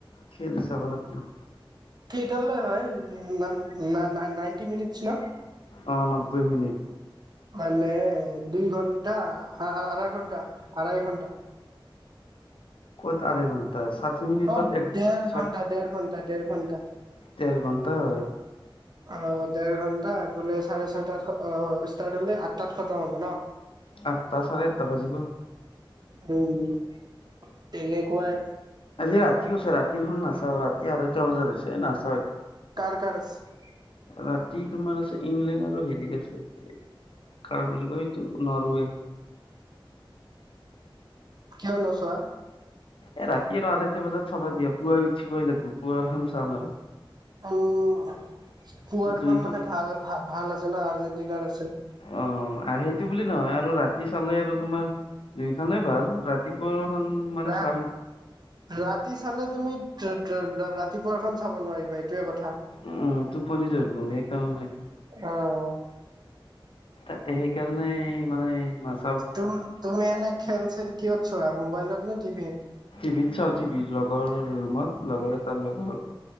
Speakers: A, on the left (about 75°); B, on the right (about 50°).
A: খেল চাব লাগিব।
B: কেইটা লৈ হয়? উম! না-না-না-নাইনটি মিনিটছ ন।
A: অ নব্বৈ মিনিট
B: মানে দুই ঘন্টা আ-আঢ়ৈ ঘণ্টা, আঢ়ৈ ঘণ্টা।
A: ক'ত আঢ়ৈ ঘণ্টা ষাঠি মিনিটত
B: অ
A: এক
B: ডেৰ
A: <unintelligible>
B: ঘন্টা ডেৰ ঘন্টা ডেৰ ঘন্টা
A: ডেৰ ঘণ্টা হয়।
B: অঁ! ডেৰ ঘন্টা এইফালে চাৰে ছয়টাত অহ ষ্টাৰ্ট হ'লে আঠটাত খতম হ'ব ন।
A: আঠটা চাৰে আঠটা বাজিব।
B: উম! তেনেকুৱাই।
A: আজি ৰাতিও আছে ৰাতিখন নাচাওঁ ৰাতি আঢ়ৈটা বজাত হৈছে নাচাওঁ এতিয়া।
B: কাৰ-কাৰ‌ আছে?
A: ৰাতি তোমাৰ আছে ইংলেণ্ড আৰু হেৰিৰ আছে কাৰ বুলি কয় এইটো নৰৱে।
B: কিয় নোচোৱা?
A: এ ৰাতি আৰু আঢ়ৈটা বজাত চাবা দিয়া পুৱাই উঠিব লাগিব পুৱা খন চাম আৰু।
B: উম! পুৱাৰখন
A: দুইখন
B: মানে ভাল-ভাল আছে না আৰ্জেণ্টিনাৰ আছে।
A: অঁ! সেইটো বুলি নহয় আৰু ৰাতি চালে আৰু তোমাৰ দুইখনে ভাল ৰাত ৰাতিপুৱাৰখন মানে
B: ৰা
A: চাম।
B: ৰাতি চালে তুমি <inaudible> ৰাতিপুৱাৰখন চাব নোৱাৰিবা এইটোৱে কথা।
A: উম! টোপনি ধৰিব সেইকাৰণে।
B: অ',
A: তাকে সেইকাৰণেই মানে মাছ
B: তুম তুমি এনেই খেল-চেল কিহত চোৱা মোবাইলত নে টিভিত?
A: টিভিত চাওঁ, টিভ লগৰ ৰুমত লগৰ এটা লগৰ